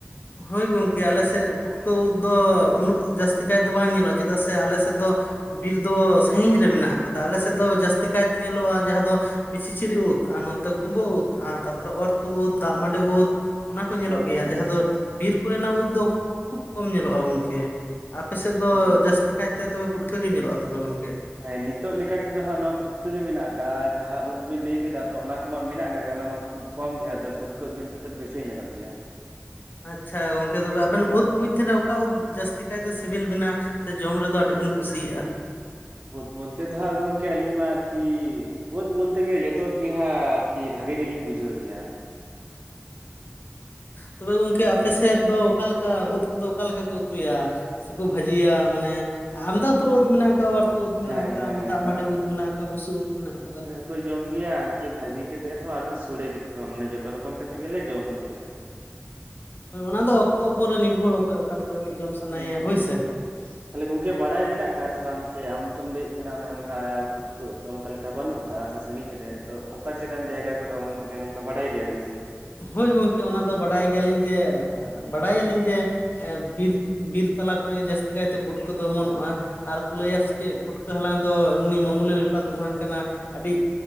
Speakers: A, on the left; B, on the right.
A: ᱦᱳᱭ ᱜᱚᱝᱠᱮ ᱟᱞᱮ ᱥᱮᱫ ᱯᱩᱴᱠᱟᱹ ᱩᱫ ᱫᱚ ᱩᱱᱟᱹᱜ ᱡᱟᱹᱥᱛᱤ ᱠᱟᱭ ᱫᱚ ᱵᱟᱝ ᱧᱮᱞᱚᱜᱼᱟ ᱪᱮᱫᱟᱜ ᱥᱮ ᱟᱞᱮ ᱥᱮᱫ ᱫᱚ ᱵᱤᱨ ᱫᱚ ᱥᱟᱺᱜᱤᱧ ᱨᱮ ᱢᱮᱱᱟᱜ ᱠᱟᱫᱟ ᱟᱞᱮ ᱥᱮᱫ ᱫᱚ ᱡᱟᱹᱥᱛᱤ ᱠᱟᱭ ᱛᱮ ᱧᱮᱞᱚᱜᱼᱟ ᱡᱟᱦᱟᱸ ᱫᱚ ᱢᱤᱥᱤᱪᱤᱨᱤ ᱩᱫ ᱟᱨ ᱱᱚᱛᱮ ᱠᱩᱢᱵᱟᱹ ᱩᱫ ᱟᱨ ᱛᱟᱨᱯᱚᱨᱮ ᱚᱨᱛᱩᱫ ᱩᱫ ᱫᱟᱜ ᱢᱟᱹᱰᱤ ᱩᱫ ᱚᱱᱟ ᱠᱚ ᱧᱮᱞᱚᱜ
B: ᱟᱪᱪᱷᱟ
A: ᱜᱮᱭᱟ ᱡᱟᱦᱟᱸ
B: ᱟᱪᱪᱷᱟ
A: ᱫᱚ
B: ᱟᱪᱪᱷᱟ
A: ᱵᱤᱨ ᱠᱚᱨᱮᱱᱟᱜ ᱩᱫ ᱫᱚ ᱠᱷᱩᱵ ᱠᱚᱢ ᱧᱮᱞᱚᱜᱼᱟ ᱜᱚᱝᱠᱮ ᱟᱯᱮ ᱥᱮᱫ ᱫᱚ
B: ᱚ
A: ᱡᱟᱹᱥᱛᱤ ᱠᱟᱭ ᱛᱮ ᱛᱚᱵᱮ ᱯᱩᱴᱠᱟᱹ ᱜᱮ ᱧᱮᱞᱚᱜᱼᱟ ᱛᱚᱵᱮ ᱜᱚᱝᱠᱮ?
B: ᱦᱮᱸ ᱱᱤᱛᱚᱜ ᱞᱮᱠᱟᱛᱮ ᱫᱚ ᱦᱟᱸᱜ ᱱᱚᱣᱟ ᱯᱩᱴᱠᱟᱹ ᱜᱮ ᱢᱮᱱᱟᱜ ᱟᱠᱟᱜᱼᱟ ᱡᱟᱦᱟᱸ ᱩᱫ ᱵᱮᱱ ᱞᱟᱹᱭ ᱠᱮᱫᱟ ᱛᱚ ᱚᱱᱟ ᱠᱚᱢᱟ ᱢᱮᱱᱟᱜ ᱟᱠᱫᱟᱜ ᱜᱮ ᱚᱱᱟ ᱢᱟ ᱠᱷᱩᱵᱽ ᱠᱚᱢ ᱜᱮᱭᱟ ᱟᱫᱚ ᱯᱩᱴᱠᱟᱹ ᱜᱮ ᱱᱤᱛᱚᱜ ᱫᱚ ᱵᱮᱥᱤ ᱧᱮᱞᱚᱜ ᱜᱮᱭᱟ᱾
A: ᱟᱪᱷᱟ ᱜᱚᱝᱠᱮ ᱛᱚᱵᱮ ᱟᱵᱮᱱ ᱩᱫ ᱢᱚᱫᱽᱨᱮ ᱚᱠᱟ ᱩᱫ ᱡᱟᱹᱥᱛᱤ ᱠᱟᱭᱛᱮ ᱥᱤᱵᱤᱞ ᱵᱮᱱᱟ? ᱥᱮ ᱡᱚᱢ ᱨᱮᱫᱚ ᱟᱹᱰᱤ ᱵᱮᱱ ᱠᱩᱥᱤᱭᱟᱜᱼᱟ?
B: ᱩᱫ <inaudible> ᱫᱚ ᱦᱟᱸᱜ ᱜᱚᱢᱠᱮ ᱟᱹᱞᱤᱧ ᱢᱟ ᱟᱨᱠᱤ ᱤᱫ ᱵᱚᱞᱛᱮ ᱜᱮ ᱡᱚᱛᱚ ᱜᱮ ᱦᱟᱸᱜ ᱟᱨᱠᱤ ᱵᱷᱟᱜᱮ ᱜᱮᱞᱤᱧ ᱵᱩᱡᱷᱟᱹᱣ ᱜᱮᱭᱟ᱾
A: ᱛᱚᱵᱮ ᱜᱚᱝᱠᱮ ᱟᱯᱮ
B: ᱦᱳᱭ
A: ᱥᱮᱫ ᱫᱚ ᱚᱠᱟᱞᱮᱠᱟ ᱩᱫ ᱠᱚᱫᱚ ᱚᱠᱟᱞᱮᱠᱟ ᱠᱚ ᱩᱛᱩᱭᱟ? ᱥᱮᱠᱚ ᱵᱷᱟᱹᱡᱤᱭᱟ ᱢᱟᱱᱮ ᱟᱢᱫᱟ ᱩᱛᱟᱹᱨ ᱳᱫᱽ ᱢᱮᱱᱟᱜ ᱟᱠᱟᱣᱟ ᱩᱫᱽ ᱢᱮᱱᱟᱜ
B: ᱦᱮᱸ
A: ᱟᱠᱟᱫᱟ
B: ᱦᱮᱸ
A: ᱫᱟᱜ ᱢᱟᱹᱰᱤ ᱩᱫᱽ ᱢᱮᱱᱟᱜ ᱟᱠᱟᱫᱟ ᱵᱩᱥᱩ ᱩᱫᱽ ᱢᱮᱱᱟᱜ ᱟᱠᱟᱫᱟ
B: ᱠᱚ ᱡᱚᱢ ᱜᱮᱭᱟ ᱟᱨᱠᱤ ᱵᱷᱟᱹᱡᱤ ᱠᱟᱛᱮᱫ ᱦᱚᱸ ᱟᱨᱠᱤ ᱥᱚᱲᱮ ᱠᱟᱛᱮᱫ ᱦᱚᱸ ᱢᱟᱱᱮ ᱡᱚᱛᱚ ᱨᱚᱠᱚᱢ ᱠᱟᱛᱮᱫ ᱜᱮᱞᱮ ᱡᱚᱢ ᱜᱮᱭᱟ ᱦᱟᱸᱜ᱾
A: ᱦᱳᱭ ᱚᱱᱟ ᱫᱚ ᱚᱠᱛᱚ ᱳᱯᱚᱨ ᱨᱮ ᱱᱤᱨᱵᱷᱚᱨ ᱚᱠᱚᱭ ᱚᱠᱟ ᱞᱮᱠᱟᱛᱮ ᱡᱚᱢ ᱥᱟᱱᱟᱭᱮᱭᱟ
B: ᱦᱮᱸ
A: ᱦᱳᱭ
B: ᱦᱮᱸ
A: ᱥᱮ
B: ᱦᱮᱸ ᱛᱟᱦᱞᱮ ᱜᱚᱝᱠᱮ ᱵᱟᱰᱟᱭ ᱢᱮᱱᱟᱜ ᱟᱠᱟᱫ ᱥᱮ ᱥᱮ ᱵᱟᱝ ᱥᱮ ᱟᱢ ᱛᱚᱢ ᱞᱟᱹᱭᱮᱫ ᱠᱟᱱᱟ ᱚᱱᱮ ᱚᱱᱠᱟ ᱯᱩᱴᱠᱟᱹ ᱩᱫ ᱛᱚ ᱚᱱᱠᱟ ᱞᱮᱠᱟ ᱵᱟᱹᱱᱩᱜ ᱟᱠᱟᱜᱼᱟ ᱥᱮ ᱥᱟᱺᱜᱤᱧ ᱨᱮ? ᱛᱚ ᱚᱠᱟ ᱪᱮᱠᱟᱱ ᱡᱟᱭᱜᱟ ᱠᱚᱨᱮ ᱚᱢᱚᱱᱚᱜ ᱜᱮ ᱱᱚᱝᱠᱟ ᱵᱟᱰᱟᱭ ᱜᱮᱭᱟᱵᱤᱱ ᱥᱮ?
A: ᱦᱳᱭ ᱜᱚᱢᱠᱮ ᱚᱱᱟ ᱫᱚ ᱵᱟᱰᱟᱭ ᱜᱮᱭᱟ ᱞᱤᱧ ᱡᱮ ᱵᱟᱰᱟᱭᱟᱞᱤᱧ ᱡᱮ ᱦᱮᱸ ᱵᱤᱨ ᱵᱤᱨ ᱛᱟᱞᱟ ᱠᱚᱨᱮ ᱜᱮ ᱡᱟᱹᱥᱛᱤ ᱠᱟᱭᱛᱮ ᱯᱩᱴᱠᱟᱹ ᱫᱚ ᱚᱢᱚᱱᱚᱜᱼᱟ᱾ ᱟᱨ ᱠᱚ ᱞᱟᱹᱭᱟ ᱥᱮ ᱪᱮᱫ ᱯᱩᱴᱠᱟᱹ ᱦᱟᱞᱟᱝ ᱫᱚ ᱮᱢᱱᱤ ᱟᱢᱩᱞᱤ ᱵᱮᱯᱟᱨ ᱫᱚ ᱵᱟᱝ ᱠᱟᱱᱟ ᱟᱹᱰᱤ